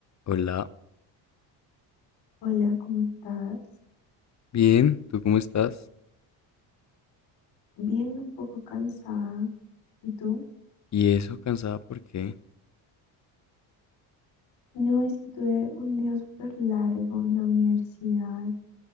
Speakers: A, on the left; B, on the left.
A: Hola,
B: Hola, ¿cómo estás?
A: bien, ¿tú cómo estás?
B: Bien, un poco cansada. ¿Y tú?
A: ¿Y eso cansada por qué?
B: No, es que tuve un día súper largo en la universidad